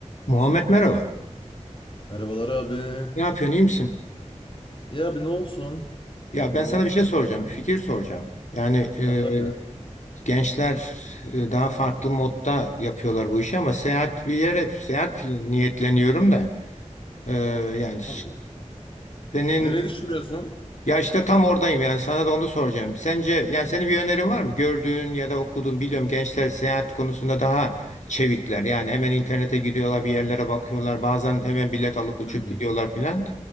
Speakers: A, on the left; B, on the left.
A: Muhammed merhaba.
B: Merhabalar abi.
A: Ne yapıyorsun, iyi misin?
B: Ya abi ne olsun?
A: Ya
B: Vallahi
A: ben sana
B: oturuyordum
A: bir şey soracağım,
B: öyle.
A: bir fikir soracağım. Yani e,
B: Ha tabii.
A: gençler e, daha farklı modda yapıyorlar bu işi ama seyahat bir yere, seyahat niyetleniyorum da e, yani
B: Abi.
A: senin
B: Nereye düşünüyorsun?
A: Ya işte tam oradayım yani sana da onu soracağım. Sence yani senin bir önerin var mı? Gördüğün ya da okuduğun biliyorum gençler seyahat konusunda daha çevikler. Yani hemen internete gidiyorlar bir yerlere bakıyorlar. Bazen hemen bilet alıp uçup
B: Hı hı.
A: gidiyorlar filan.